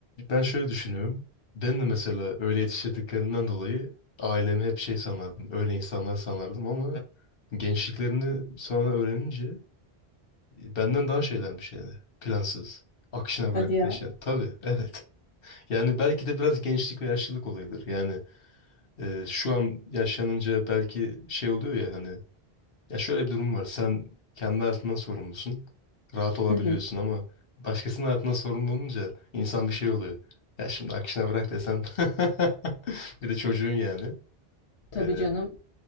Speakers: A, on the left (about 60°); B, on the left (about 80°).
A: Ben şöyle düşünüyorum. Ben de mesela öyle yetiştirdiklerinden dolayı ailemi hep şey sanardım. Öyle insanlar sanardım ama gençliklerini sonra öğrenince Benden daha şeylermiş yani. Plansız. Akışına
B: Hadi
A: bırakıp
B: ya.
A: yaşayan. Tabii, evet. Yani belki de biraz gençlik ve yaşlılık olayıdır. Yani e, şu an yaşlanınca belki şey oluyor ya hani ya şöyle bir durum var. Sen kendi hayatından sorumlusun. Rahat olabiliyorsun
B: Hı hı.
A: ama başkasının hayatından sorumlu olunca insan bir şey oluyor. Ya şimdi akışına bırak desem <laughs> bir de çocuğun yani.
B: Tabii
A: E,
B: canım.